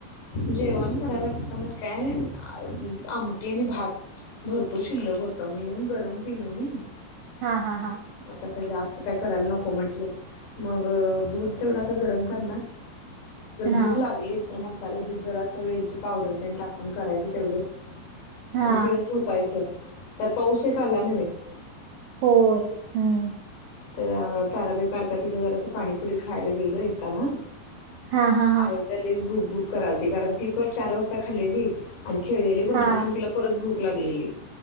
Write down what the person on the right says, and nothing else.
हा हा हा
हा
हा
होय हम्म
हा हा
हा
हा